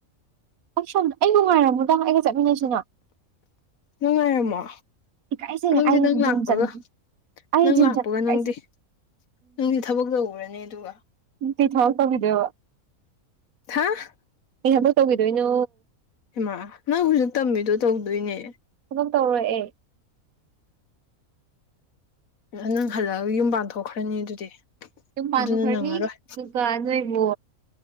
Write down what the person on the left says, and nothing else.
ꯅꯨꯡꯉꯥꯏꯔꯝꯃꯣ
ꯅꯪꯗꯤ
ꯅꯪ ꯂꯥꯛꯄꯒ
ꯅꯪ
ꯂꯥꯛꯄꯒ
ꯅꯪꯗꯤ ꯅꯪꯗꯤ ꯊꯕꯛ ꯇ ꯎꯔꯅꯤ ꯑꯗꯨꯒ
ꯍꯥꯥ
ꯏꯃꯥ ꯅꯪ ꯍꯧꯖꯤꯛ ꯇꯝꯃꯤꯗꯣ ꯇꯧꯗꯣꯏꯅꯦ
ꯅꯪ ꯍꯜꯂꯛꯑꯒ ꯌꯨꯝ ꯄꯥꯟ ꯊꯣꯛꯣꯛꯈ꯭ꯔꯅꯤ ꯑꯗꯨꯗꯤ
ꯑꯗꯨꯅ ꯅꯪꯉꯔꯣꯏ